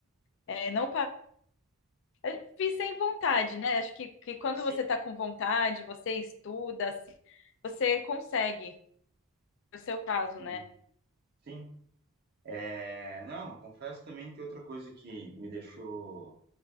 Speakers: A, on the left (about 55°); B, on the right (about 45°).
A: é, não eu Fiz sem vontade, né? Acho que, que quando
B: sim,
A: você tá com vontade, você estuda, assim, você consegue. No seu caso,
B: sim.
A: né?
B: sim. É, não, confesso também que outra coisa que me deixou